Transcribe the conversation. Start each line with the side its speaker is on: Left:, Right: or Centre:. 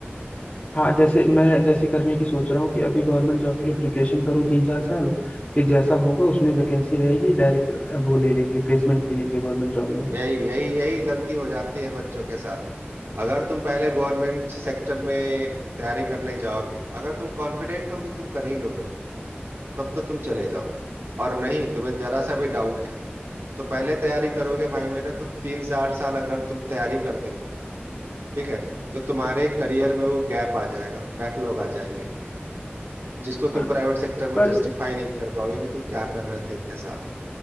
Left: हाँ जैसे मैं जैसे करने की सोच रहा हूँ कि अभी गवर्नमेंट जॉब के लिए प्रिपरेशन करूँ तीन चार साल फिर जैसा होगा उसमें वैकेंसी रहेगी डायरेक्ट वो ले लेंगे प्लेसमेंट ले लेंगे गवर्नमेंट जॉब में
Right: यही यही यही गलती हो जाती है बच्चों के साथ अगर तुम पहले गवर्नमेंट सेक्टर में तैयारी करने जाओगे अगर तुम कॉन्फिडेंट हो कि तुम कर ही लोगे तब तो तुम चले जाओ और नहीं तुम्हें जरा सा भी डाउट है तो पहले तैयारी करोगे भाई मेरे तो तीन से आठ साल अगर तुम तैयारी करते हो ठीक है तो तुम्हारे करियर में वो गैप आ जाएगा बैकलॉग आ जाएंगे जिसको
Left: पर
Right: तुम प्राइवेट सेक्टर में
Left: पर
Right: जस्टिफाई नहीं कर पाओगे कि तुम क्या कर रहे थे इतने साल